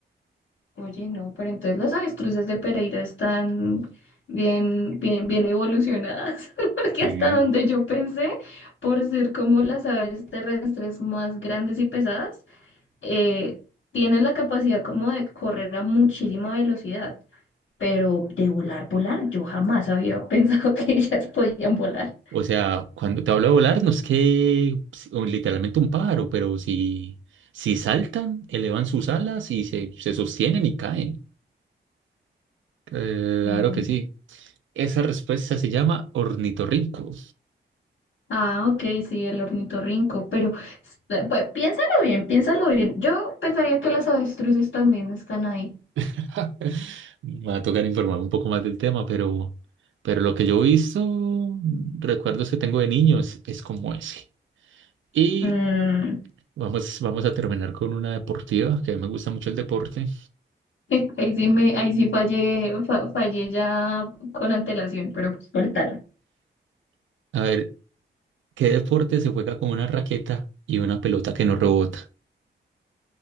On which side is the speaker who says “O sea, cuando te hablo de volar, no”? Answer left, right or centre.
Right